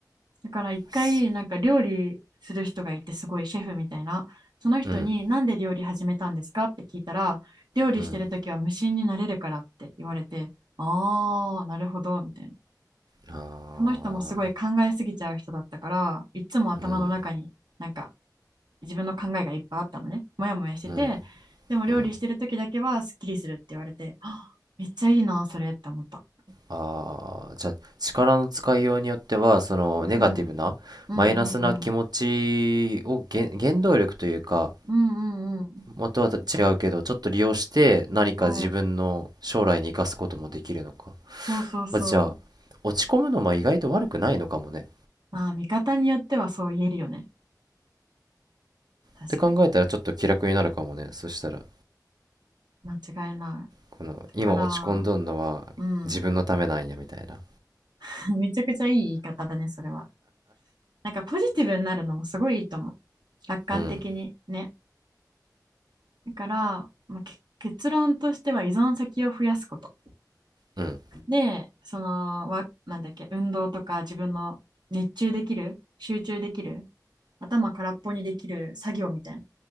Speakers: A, on the right; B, on the right.
A: だから一回なんか料理する人がいてすごいシェフみたいなその人になんで料理始めたんですかって聞いたら料理してる時は無心になれるからって言われてああなるほどみたいな
B: すうん、うん。ああ
A: この人もすごい考えすぎちゃう人だったからいつも頭の中になんか
B: うん、
A: 自分の考えがいっぱいあったのねモヤモヤしててでも料理してる時だけはすっきりするって言われてあめっちゃいいなそれって思った、
B: うん、うん。ああじゃあ、力の使いようによっては、その、ネガティブな、
A: うん、うんうんうん
B: マイナスな気持ちを原、原動力というか、
A: うんうんう
B: 元は違うけど、ちょっと利用して何か自分の将来に生かすこともできるのか。
A: んそうそうそうそう
B: まあ、じゃあ、落ち込むのも意外と悪くないのかもね。
A: まあ、見方によってはそう言えるよね。確かに。
B: って考えたらちょっと気楽になるかもね。そしたら、
A: 間違いない。
B: この、
A: だから、
B: 今落ち込んどんのは自分のためなんや、
A: うん。
B: みたいな。
A: <laughs> めちゃくちゃいい言い方だね、それは。なんかポジティブになるのもすごいいいと思う。楽観的にね。
B: うん、
A: だから、まあ、け結論としては依存先を増やすこと。
B: うん、
A: で、その、わ、なんだっけ、運動とか自分の熱中できる、集中できる、頭空っぽにできる作業みたいな